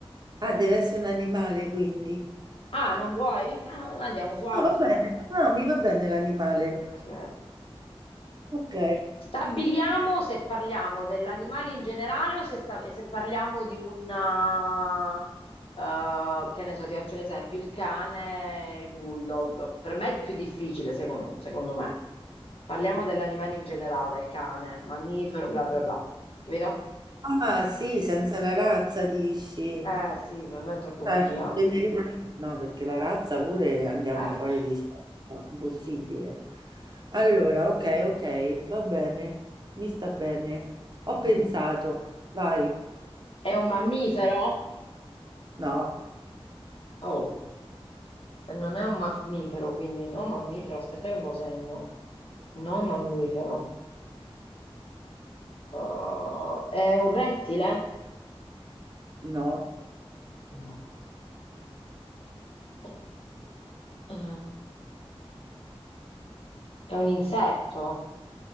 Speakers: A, on the right; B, on the left.
A: Ah, deve essere un animale, quindi.
B: Ah, non vuoi? Ah, andiamo su altro.
A: No, va bene, no, mi va bene l'animale.
B: Ok.
A: Ok,
B: Stabiliamo se parliamo dell'animale in generale o se, sta- se parliamo di una... eh, eh, che ne so, ti faccio un esempio, il cane, e il bulldog. Per me è più difficile, secon- secondo me. Parliamo dell'animale in generale, cane, mammifero, bla bla bla. Capito?
A: Ah, sì, senza la razza dici.
B: Eh sì, se no è troppo
A: Cioè,
B: complicato.
A: generica- No, perché la razza pure andiamo
B: Eh.
A: fuori di scelta, impossibile. Allora, ok, ok, va bene, mi sta bene. Ho pensato,
B: Mm.
A: vai.
B: È un mammifero?
A: No,
B: Oh. E Non è un mammifero, quindi no mammifero. Aspetta che me lo segno. No mammifero. Uh, è un rettile?
A: no,
B: No. Eh, eh, è un insetto?